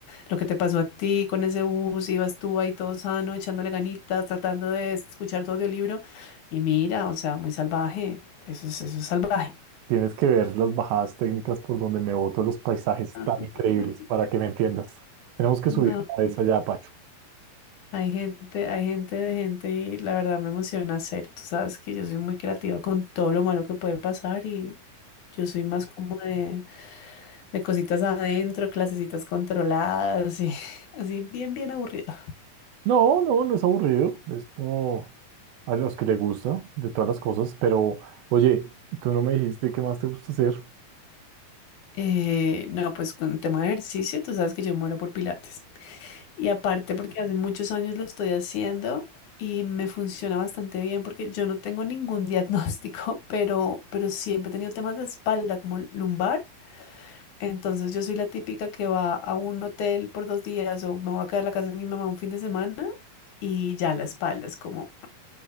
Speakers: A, on the left; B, on the right.
A: lo que te pasó a ti con ese bus, ibas tú ahí todo sano, echándole ganitas, tratando de escuchar tu audiolibro. Y mira, o sea, muy salvaje. Eso es, eso es salvaje.
B: Tienes que ver las bajadas técnicas por donde me boto los paisajes
A: <laughs>
B: tan increíbles para que me entiendas. Tenemos que
A: No.
B: subir a esa allá, Pacho.
A: Hay gente, hay gente de gente y la verdad me emociona hacer. Tú sabes que yo soy muy creativa con todo lo malo que puede pasar y yo soy más como de, de cositas adentro, clasecitas controladas y <laughs> así bien, bien aburrido.
B: No, no, no es aburrido. Es como a los que les gusta de todas las cosas. Pero, oye, tú no me dijiste qué más te gusta hacer.
A: Eh, no, pues con el tema de ejercicio, tú sabes que yo muero por pilates. Y aparte porque hace muchos años lo estoy haciendo y me funciona bastante bien porque yo no tengo ningún diagnóstico, <laughs> pero, pero siempre he tenido temas de espalda como lumbar. Entonces yo soy la típica que va a un hotel por dos días o me voy a quedar en la casa de mi mamá un fin de semana y ya la espalda es como,